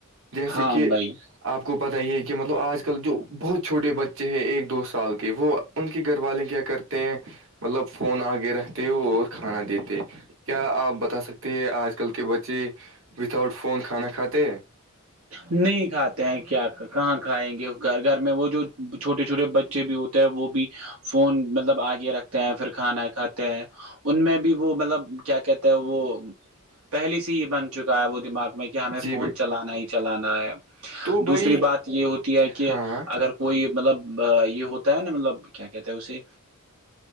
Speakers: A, on the right (about 65°); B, on the right (about 75°).
A: جیسے
B: ہاں
A: کہ
B: بھائی
A: آپ کو پت یہ کہ مطلب آج کل جو بہت چھوٹے بچے ہیں ایک دو سال کے وہ ان کے گھر والے کیا کرتے ہیں مطلب فون آگے رکھتے اور کھانا دیتے کیا آپ بتا سکتے ہیں آج کل کے بچے وتؤٹ فون کانا کھاتے
B: نہیں کھاتے ہیں کیا کہاں کھائیں گے گھر گھر میں وہ جو چھوٹے چھوٹے بچے بھی ہوتے وہ بھی فون مطلب آگ رکھتے ہیں پھر کھانا کھاتے ہیں ان میں بھی وہ مطلب کیا کہتے ہیں وہ پہلے سے ہی بن چکا ہے وہ دماغ میں کہ ہمیں
A: جی
B: فون
A: بھائی
B: چلانا ہی چلانا ہے
A: تو
B: دوسری
A: بھائی
B: بات یہ ہوتی ہے کہ
A: ہاں
B: اگر کوئی مطلب یہ ہوتا ہے نا مطلب کیا کہتے ہے اسے